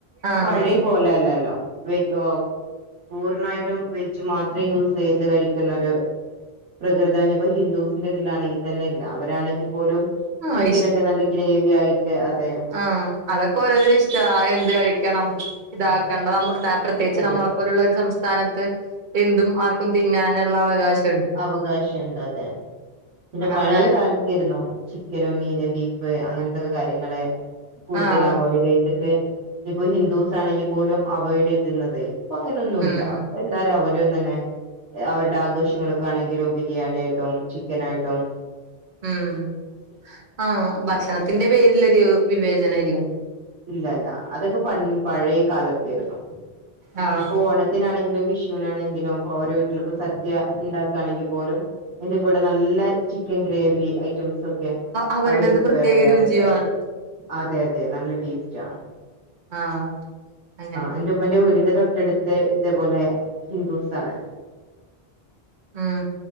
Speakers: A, on the right (about 75°); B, on the right (about 55°).
A: ഇപ്പൊ
B: ആഹ്
A: പഴയേ പോലല്ലല്ലോ വെജ് പൂർണ്ണായിട്ടും വെജ് മാത്രേ യൂസ് ചെയ്ത് കഴി ക്കു ന്നരു ഒരു പ്രകൃതാ ഹിന്ദുസിന്റെ ഇതിലാണെങ്കിൽ തന്നെ ഇല്ല അവരാണെങ്കിൽ പോലും
B: ആഹ്
A: ചിക്കനനൊഒക്കെ നല്ല ഗ്രേവി ആയിട്ട് അതെ
B: ആ അതൊക്കെ ഓരോരുത്തരുടെ ഇഷ്ടാ എന്ത് കഴിക്കണം ഇതാക്കേണ്ടനമ്മ പ്രത്യേകിച്ച്
A: അതെ
B: നമ്മളെ
A: അതെ
B: പോലുള്ള ഒരു സംസ്ഥ സ്ഥാനത്ത് എന്തും ആർക്കും തിന്നാനുള്ള അവകാശം
A: അവകാശുണ്ട് അതെ പിന്നെ
B: ആഹ്
A: പഴയ കാലത്തുണ്ടായിരുന്നു ചിക്കരോ മീന് ബീഫ് അങ്ങനത്തക്കെ കാര്യങ്ങള് കൂടുതൽ
B: ആഹ്
A: അവോയ്ഡ് ചെയ്തിട്ട് ഇപ്പൊ ഹിന്ദുസ് ആണെങ്കിൽ പോലും അവോയ്ഡ് എഴതുന്നത് ഇപ്പ അങ്ങനൊന്നുമല്ല
B: ഉം
A: എന്തും അവരോ തന്നെ അവരുടെ ആഘോഷങ്ങളക്ക നാണെങ്കിലും ബിരിയാണി ആയിട്ടും ചിക്കൻ ആായിട്ടോും
B: ഉം ആഹ് ഭക്ഷണത്തിന്റെ പേരിലൊരു വിവേചനം ഇല്ല
A: ഇല്ലല്ല അതൊക്കെ പ പഴയ കാലത്തേരുന്നു
B: ആ
A: ഇപ്പൊ ഓണ ഓണത്തിനാണെങ്കിലും വിഷുനാണെങ്കിലും ഓരോ വീട്ടിലിപ്പോ സദ്യ ഇണ്ടാക്കാണെങ്കിൽ പോലും എന്റെ കൂടെ നല്ല ചിക്കൻ ഗ്രേവി ഐറ്റംസ്
B: അവരുടേത്
A: അവര് പ്രിപ്പയർ
B: പ്രത്യേക
A: ചെയ്യാറ്ണ്ട്
B: രുചിയാണ്
A: അതെ അതെ നല്ല ടേസ്റ്റ് ആഹ്
B: ആഹ് അങ്ങനെ
A: എന്റെ അമ്മന്റെ വീടിന്റെ തൊട്ടടുത്ത് ഇതേപോലെ ഹിന്ദൂസ് ആണ്
B: ഉം